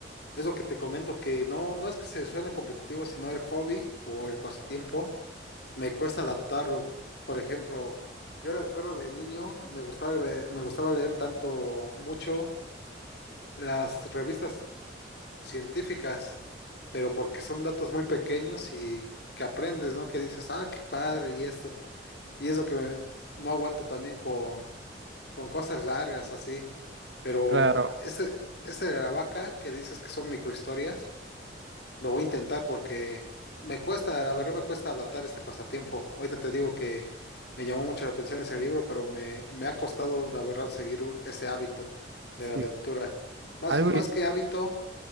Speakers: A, on the left; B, on the right.
A: es lo que te comento, que no, no es que se suene competitivo, sino el hobby o el pasatiempo, me cuesta adaptarlo. Por ejemplo, yo recuerdo de niño, me gustaba, ve- me gustaba leer tanto, mucho las revistas científicas, pero porque son datos muy pequeños y que aprendes, ¿no? Que dices, ah, qué padre y esto. Y eso que me- no aguanto también con, con cosas largas así. Pero
B: Claro,
A: ese, ese de la vaca que dices que son microhistorias, lo voy a intentar porque me cuesta, la verdad me cuesta adaptar este pasatiempo. Ahorita te digo que me llamó mucho la atención ese libro, pero me, me ha costado, la verdad, seguir un- ese hábito de
B: sí.
A: la lectura. Más,
B: Algo,
A: más que hábito,